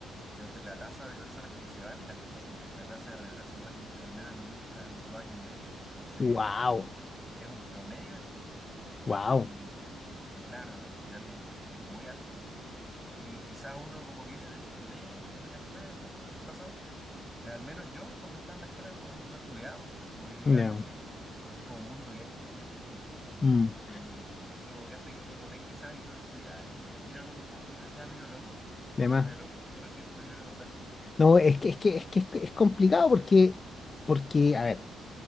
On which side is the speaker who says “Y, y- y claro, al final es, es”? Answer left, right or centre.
Centre